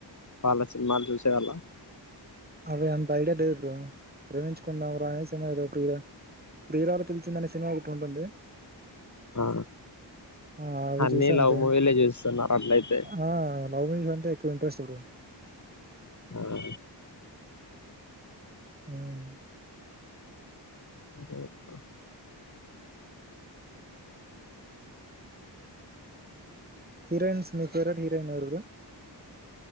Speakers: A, on the left; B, on the right.
A: వాళ్ళా సినిమాలు చూసేవాళ్ళా
B: అది అంత ఐడియా లేదు బ్రో ప్రేమించుకుందాం రా అనే సినిమా ఏసు ఏదో ప్రియా ప్రియురాలు పిలిచిందనే సినిమా ఒకటి ఉంటుంది
A: ఆ
B: ఆ అవి
A: అన్నీ
B: చూసా
A: లవ్
B: అంతే
A: మూవీలే చూసున్నారు అట్లయితే
B: ఆ లవ్ మూవీస్ అంటే ఎక్కువ ఇంట్రెస్ట్ బ్రో
A: హా
B: హ్మ్మ్
A: అదే యకా
B: హీరోయిన్స్ మీ ఫేవరెట్ హీరోయిన్ ఎవరు బ్రో